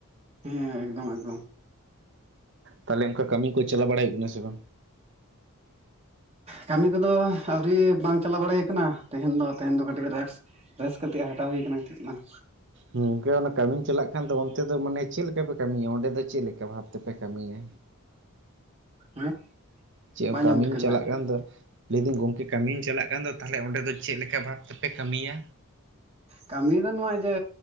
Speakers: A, on the right (about 30°); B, on the right (about 55°).
A: ᱦᱮᱸ ᱮᱠᱫᱚᱢ ᱮᱠᱫᱚᱢ
B: ᱛᱟᱞᱦᱮ ᱚᱱᱠᱟ ᱠᱟᱹᱢᱤ ᱠᱚ ᱪᱟᱞᱟᱣ ᱵᱟᱲᱟᱭ ᱦᱩᱭᱩᱜ ᱠᱟᱱᱟ ᱥᱮ ᱵᱟᱝ?
A: ᱠᱟᱹᱢᱤ ᱠᱚᱫᱚ ᱟᱹᱣᱨᱤ ᱵᱟᱝ ᱪᱟᱞᱟᱣ ᱵᱟᱲᱮ ᱦᱩᱭᱩᱜ ᱠᱟᱱᱟ, ᱛᱮᱦᱮᱧ ᱫᱚ ᱛᱮᱦᱮᱧ ᱫᱚ ᱠᱟᱹᱴᱤᱡ ᱨᱮᱥ᱾ ᱨᱮᱥ ᱠᱟᱛᱮᱜ ᱦᱟᱴᱟᱣ ᱦᱩᱭ ᱠᱟᱱᱟ ᱦᱤᱛᱚᱜ ᱫᱚ ᱵᱟᱝ᱾
B: ᱜᱚᱝᱠᱮ ᱚᱱᱟ ᱠᱟᱹᱢᱤᱢ ᱪᱟᱞᱟᱜ ᱠᱷᱟᱱ ᱫᱚ ᱚᱱᱛᱮ ᱫᱚ ᱢᱟᱱᱮ ᱪᱮᱫ ᱞᱮᱠᱟ ᱯᱮ ᱠᱟᱹᱢᱤᱭᱟ? ᱚᱸᱰᱮ ᱫᱚ ᱪᱮᱫ ᱞᱮᱠᱟ ᱵᱷᱟᱵᱽ ᱛᱮᱯᱮ ᱠᱟᱹᱢᱤᱭᱟ?
A: <unintelligible>
B: ᱪᱮᱫ ᱮᱢ
A: ᱟᱸᱡᱚᱢ
B: ᱠᱟᱹᱢᱤᱢ
A: ᱴᱷᱤᱠᱟᱹ ᱞᱮᱱᱟ
B: ᱪᱟᱞᱟᱜ
A: ᱠᱟᱹᱴᱤᱡ
B: ᱠᱟᱱ ᱫᱚ? ᱞᱟᱹᱭᱫᱟᱹᱧ ᱜᱚᱢᱠᱮ ᱠᱟᱹᱢᱤᱢ ᱪᱟᱞᱟᱜ ᱠᱟᱱ ᱫᱚ ᱛᱟᱦᱚᱞᱮ ᱚᱸᱰᱮ ᱫᱚ ᱪᱮᱫ ᱞᱮᱠᱟ ᱵᱷᱟᱵᱽ ᱛᱮᱯᱮ ᱠᱟᱹᱢᱤᱭᱟ?
A: ᱠᱟᱹᱢᱤ ᱫᱚ ᱱᱚᱭᱟ ᱤᱡᱟᱹ